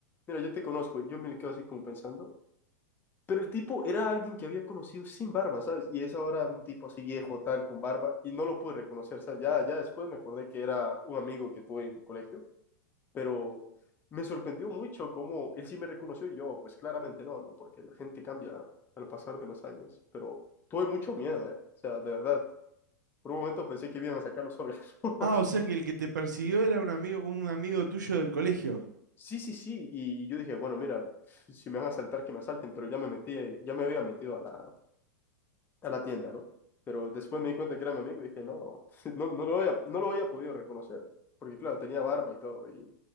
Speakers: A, on the left; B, on the right.
A: mira, yo te conozco. Y yo me le quedo así como pensando. Pero el tipo era alguien que había conocido sin barba, ¿sabes? Y es ahora un tipo así viejo, tal, con barba, y no lo pude reconocer, ¿sabes? Ya, ya después me acordé que era un amigo que tuve en el colegio, pero me sorprendió mucho cómo él sí me reconoció y yo, pues claramente no, ¿no? Porque la gente cambia al pasar de los años, pero tuve mucho miedo, ¿eh? O sea, de verdad, por un momento pensé que iban a sacar los órganos. <laughs>
B: Ah, o sea que el que te persiguió era un amigo, un amigo tuyo del colegio.
A: Sí, sí, sí, y yo dije, bueno, mira, si me van a asaltar, que me asalten, pero ya me metí, ya me había metido a la a la tienda, ¿no? Pero después me di cuenta que era mi amigo y dije, no, <laughs> no, no lo había, no lo había podido reconocer, porque claro, tenía barba y todo y se